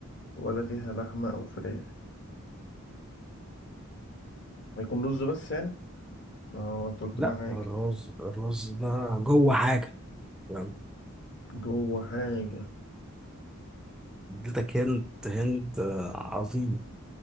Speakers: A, on the left (about 55°); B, in the centre.
A: ولا فيها لحمة أو فراخ هيكون رز بس يعني؟ اه أنت قلت
B: لا
A: معاها حاجة
B: الرز الرز ده جوه حاجة يعني
A: جوه حاجة
B: اديتك هنت هنت آه، عظيم